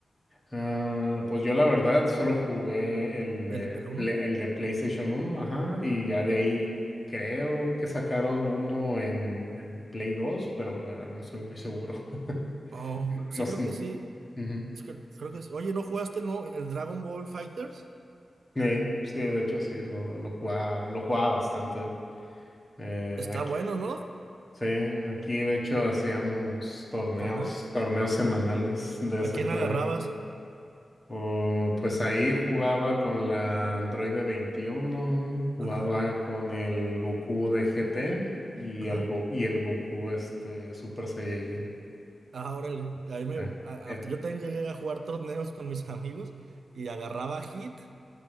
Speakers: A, on the left; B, on the right.
A: Ah, pues yo la verdad solo jugué el de,
B: El peluno.
A: Play- el de PlayStation uno, ajá, y ya de ahí creo que sacaron uno en, en Play 2, pero la verdad no estoy muy seguro. <laughs>
B: Oh,
A: No,
B: sí,
A: no
B: creo
A: sé,
B: que
A: no.
B: sí.
A: Ujú.
B: Es que- Creo, que sí. Oye, ¿no jugaste, no? El Dragon Ball Fighters.
A: Eh, sí, de hecho sí, lo, lo jugaba, lo jugaba bastante eh,
B: Está
A: aquí.
B: bueno, ¿no?
A: Sí, aquí de hecho hacíamos torneos,
B: Torneo.
A: torneos semanales de
B: ¿A
A: ese
B: quién
A: juego.
B: agarrabas?
A: Oh, pues ahí jugaba con la Android 21, jugaba
B: Ajá,
A: con el Goku de GT y
B: ajá.
A: el, Go- y el Goku este, Super Saiyajin.
B: Ah, órale. A mí me-
A: Era,
B: a-
A: era,
B: a- yo también llegué a jugar torneos con mis <laughs> amigos y agarraba a Hit,